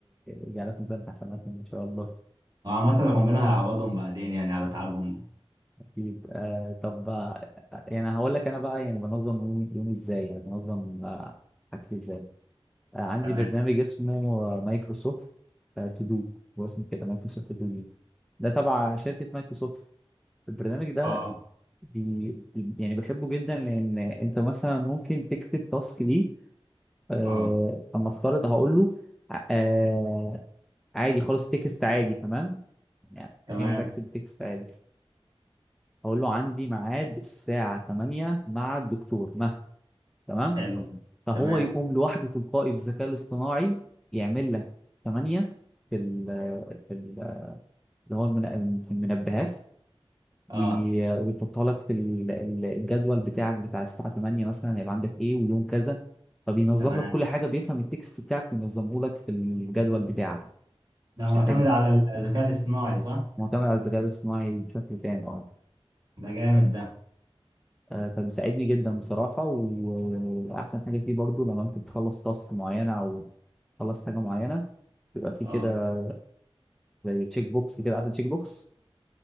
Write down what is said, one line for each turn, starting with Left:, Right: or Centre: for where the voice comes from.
Centre: يجعلها في ميزان حسناتهم ان شاء الله
Right: هو عامة ربنا هيعوضهم بعدين يعني على تعبهم ده
Centre: اكيد آه طب آه، يعني هقول لك انا بقى يعني بنظم يومي يومي ازاي يعني بنظم آه، حاجتي ازاي آه عندي
Right: تمام
Centre: برنامج اسمه آه، مايكروسوفت آه تو دو هو اسمه كده مايكروسوفت تو دو ده تبع شركة مايكروسوفت البرنامج ده
Right: اه
Centre: بي بي- يعني بحبه جدا لان انت مثلا ممكن تكتب تاسك ليه آه،
Right: اه
Centre: اما افترض هقول له آه عادي خالص تكست عادي تمام يعني
Right: تمام
Centre: يعني بكتب تكست عادي اقول له عندي ميعاد الساعه 8 مع الدكتور مثلا تمام
Right: حلو
Centre: فهو
Right: تمام
Centre: يقوم لوحده تلقائي بالذكاء الاصطناعي يعمل لك 8 في ال في ال- اللي هو المن- في المنبهات
Right: اه
Centre: وي- ويحطها لك في ال- ال- الجدول بتاعك بتاع الساعه 8 مثلا هيبقى عندك ايه ويوم كذا فبينظم
Right: تمام
Centre: لك كل حاجه بيفهم التكست بتاعك وينظمه لك في الجدول بتاعك
Right: ده
Centre: مش
Right: معتمد
Centre: تحتاج انت-
Right: على الذكاء الاصطناعي صح؟
Centre: معتمد على الذكاء الاصطناعي بشكل كامل اه
Right: ده جامد ده
Centre: آه، فبيساعدني جدا بصراحة وأحسن حاجة فيه برضو لما أنت بتخلص تاسك معينة أو تخلص حاجة معينة بيبقى فيه
Right: اه
Centre: كده زي تشيك بوكس كده عارف التشيك بوكس